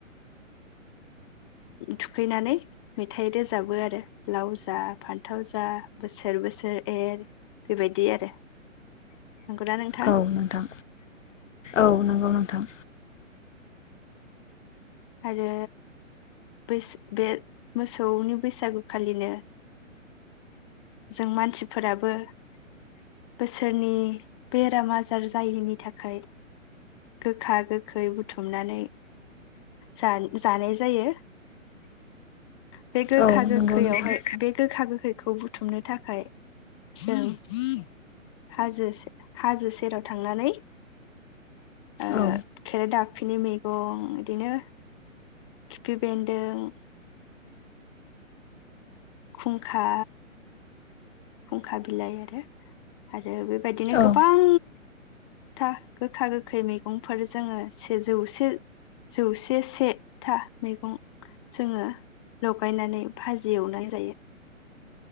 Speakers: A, on the left (about 20°); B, on the left (about 65°).
A: थुखैनानै मेथाइ रोजाबो आरो लाव जा फान्थाव जा बोसोर बोसोर एर बेबायदि आरो नंगौना नों
B: औ नोंथां औ नंगौ नोंथां।
A: आरो बैस बे मोसौनि बैसागुखालिनो जों मानसिफोराबो बोसोरनि बेराम आजार जायैनि थाखाय गोखा गोखै बुथुमनानै जान-जानाय जायो बे गोखा
B: औ नंगौ
A: गोखैयावहाय
B: नोंथां
A: बे गोखा गोखैखौ बुथुमनो थाखाय जों हाजो से हाजो सेराव थांनानै ओ
B: औ
A: खेराइ दाफिनि मैगं बिदिनो खिफि बेेन्दों खुंखा खुंखा बिलाइ आरो आरो बेबायदिनो
B: औ
A: गोबां था गोखा गोखै मैगंफोर जोङो सेजौ से जौसे सेथा मैगं जोङो लगायनानै भाजि एवनाय जायो।